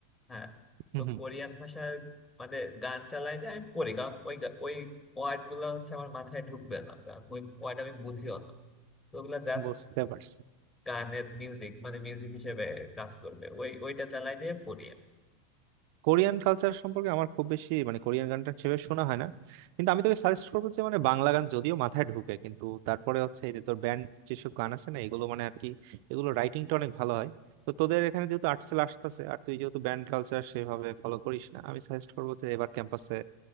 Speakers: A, on the left; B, on the right.
A: হ্যাঁ
B: হম
A: তো
B: হম
A: কোরিয়ান ভাষায় মানে গান চালাই দিয়ে আমি পড়ি কারণ ওই গা- ওই ওয়ার্ড গুলো হচ্ছে আমার মাথায় ঢুকবে না কারণ ওই ওয়ার্ড আমি বুঝিও না তো ওগুলা জাস্ট
B: বুঝতে পারছি
A: কানের মিউজিক মানে মিউজিক হিসেবে কাজ করবে ওই ওইটা চালাই দিয়ে পড়ি আমি
B: কোরিয়ান কালচার সম্পর্কে আমার খুব বেশি মানে কোরিয়ান গানটা সেভাবে শোনা হয় না কিন্তু আমি তোকে সাজেস্ট করবো যে মানে বাংলা গান যদিও মাথায় ঢুকে কিন্তু তারপরে হচ্ছে এই যে তোর ব্যান্ড যেসব গান আছে না এগুলো মানে আর কি এগুলো রাইটিংটা অনেক ভালো হয় তো তোদের এখানে যেহেতু আর্টসেল আসতেছে আর তুই যেহেতু ব্যান্ড কালচার সেভাবে ফলো করিস না আমি সাজেস্ট করবো যে এবার ক্যাম্পাসে